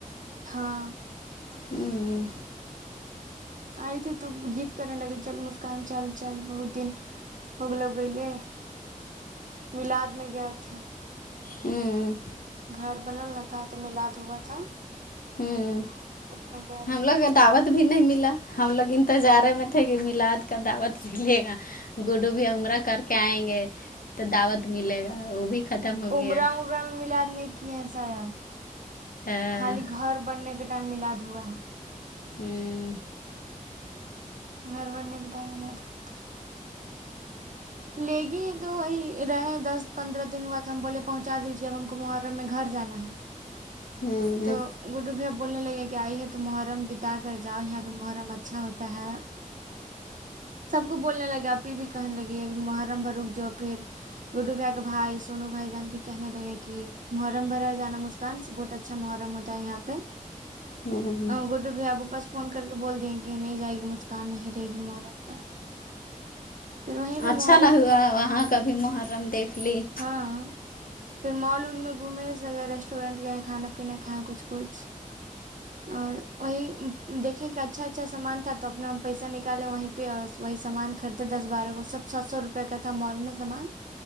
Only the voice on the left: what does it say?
ہمم
ہمم
ہمم
ہم
لوگ دعوت بھی نہیں ملا ہم لوگ انتظار میں تھے کہ میلاد کا دعوت ملے گا گوڈو بھیا عمرہ کر کے آئیں گے تو دعوت ملے گا وہ بھی ختم ہو
گیا
ہاں
ہمم
ہمم
ہوں
اچھا
نہ ہوا وہاں کبھی محرم دیکھ لئے